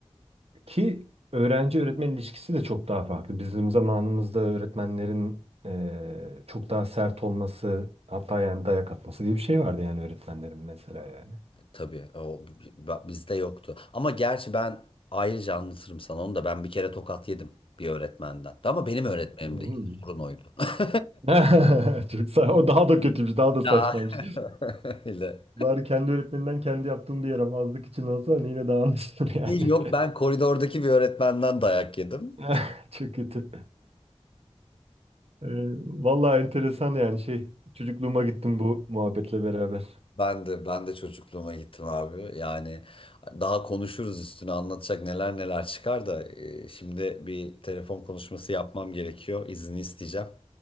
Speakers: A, on the right; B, on the left.
A: e, ki öğrenci öğretmen ilişkisi de çok daha farklı. Bizim zamanımızda öğretmenlerin e, çok daha sert olması, hatta yani dayak atması diye bir şey vardı yani öğretmenlerin mesela yani.
B: Tabii o b- bizde yoktu. Ama gerçi ben ayrıca anlatırım sana onu da ben bir kere tokat yedim bir öğretmenden. Ama benim öğretmenim
A: Hmm.
B: değil. Sorun oydu. <laughs>
A: <laughs> Çok sağ, o daha da kötüymüş, daha da saçmaymış.
B: Ya. <laughs> Öyle.
A: Bari kendi öğretmeninden kendi yaptığım bir yaramazlık için olsa hani yine daha anlaşılır yani.
B: Değil yok ben koridordaki bir öğretmenden dayak yedim.
A: <laughs> Çok kötü. Ee, vallahi enteresan yani şey. Çocukluğuma gittim bu muhabbetle beraber.
B: Ben de ben de çocukluğuma gittim abi. Yani daha konuşuruz üstüne anlatacak neler neler çıkar da e, şimdi bir telefon konuşması yapmam gerekiyor. İzni isteyeceğim.